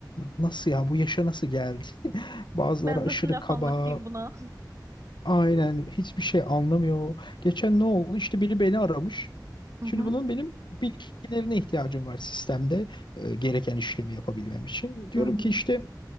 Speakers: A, on the left (about 80°); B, on the right (about 40°).
A: nasıl ya bu yaşa nasıl geldi? <laughs> Bazıları
B: Ben
A: aşırı
B: nasıl laf
A: kaba,
B: anlatayım buna?
A: Aynen hiçbir şey anlamıyor. Geçen ne oldu? İşte biri beni aramış.
B: <laughs>
A: Şimdi bunun benim bilgilerine ihtiyacım var sistemde e, gereken işlemi yapabilmem için. Diyorum
B: Hı hı.
A: ki işte